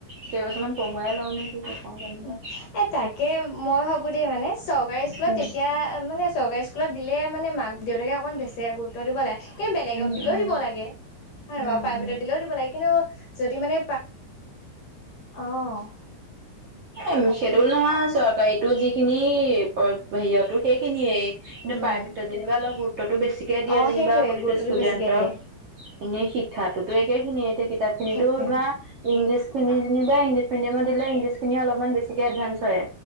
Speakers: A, on the right (about 55°); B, on the left (about 60°).
A: কেইবছমান পঢ়ুৱাই লওঁ নে কি কৰো জানো
B: উম
A: পাই।
B: এ তাকে মই ভাবো দেই মানে চৰকাৰী স্কুলত
A: উম
B: তেতিয়া মানে চৰকাৰী স্কুল স্কুলত দিলে মানে মাক দেউতাকে অকমাণ বেছিকে গুৰুত্ব দিব লাগে। কিন্ত বেলেগত
A: উম
B: দিলেওঁ
A: উম
B: দিব লাগে, হয়ে
A: উম
B: বু প্ৰাইভেটত
A: উম
B: দিলেওঁ দিব লাগে, কিন্তু যদি মানে অ'।
A: এ
B: তাকে
A: সেইতো বুলি নহয়, চৰকাৰীটো যিখিনি হেয়তো সেইখিনিয়ে। কিন্তু
B: উম
A: প্ৰাইভেট যেনিবা অলপ গুৰুত্বতটো বেছিকে দিয়া
B: অ
A: যেনিবা
B: সেইটোৱে
A: প্ৰতিটো
B: গুৰুত্বটো
A: ষ্টুডেণ্টক।
B: বেছিকে দিয়ে
A: এনেই শিক্ষাতো একে খিনিয়ে, এতিয়া কিতাপ খিনিতো
B: বিশেষকে
A: ধৰা ইংলিছ খিনি যেনিবা ইংলিছ মিডিয়ামত দিলে ইংলিছখিনি অলপমান বেছিকে এডভান্স হয়।